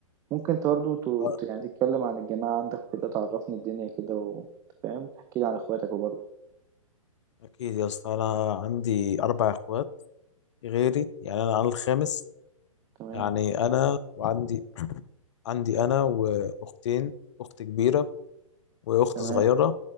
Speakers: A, on the right (about 20°); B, on the left (about 55°).
A: ممكن انت برضو ت...
B: آه،
A: ت- يعني تتكلم عن الجماعه عندك وكده تعرفني الدنيا كده وانت فاهم تحكي لي عن اخواتك وبرضه
B: أكيد يا اسطى أنا عندي أربع إخوات غيري يعني أنا أنا الخامس
A: تمام
B: يعني أنا وعندي عندي أنا وأختين أخت كبيرة وأخت
A: تمام
B: صغيرة